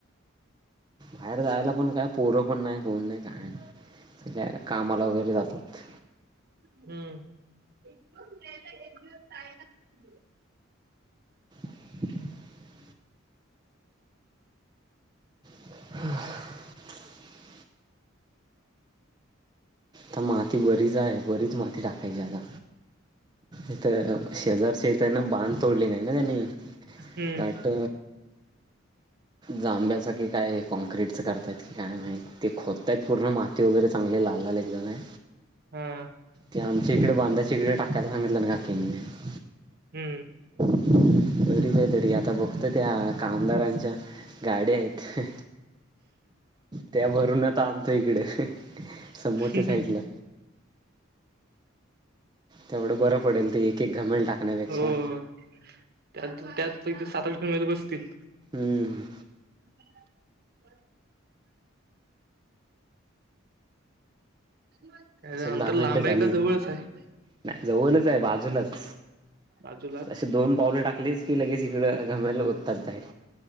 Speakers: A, on the right; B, on the right.
A: बाहेर जायला पण काय पोरं पण नाय कोण नाय कायनाय सगळे कामाला वगैरे जातात.
B: हम्म <unintelligible>
A: <inaudible> <inaudible> त माती बरीच आहे बरीच माती टाकायची आता इथं शेजारचेता आहे ना बाध तोडले नाही ना त्यांनी
B: हम्म
A: दाट जांब्याच की काय कॉँक्रीटच करतायत की काय माहित ते खोदतायत पूर्ण माती वगैरे चांगले लाल लाल एकदम आहे.
B: हा
A: ते आमच्या इकडे बांधाच्या इकडे टाकल्यात <unintelligible>
B: हम्म
A: बरीच आहे तरी आता बघत त्या कामगारांच्या.... गाडी आहे त्या भरूनच ताआणतो इकडे. समोरच्या
B: ह् हम्म
A: साईडला तेवढं बरं पडेल ते एक एक घमेल टाकण्यापेक्षा
B: होय त्यात त्यापैकी सात आठ <unintelligible> बसतील.
A: हम्म
B: <inaudible> त्याच
A: चल
B: अंतर
A: दहा मिनटं
B: लांब
A: झाली
B: आहे का जवळच आहे?
A: नाही जवळच बाजूलाच
B: बाजूलाच
A: असे दोन पावले टाकली... खालीच की लगेच इकडं घमेल ओतात बाहेर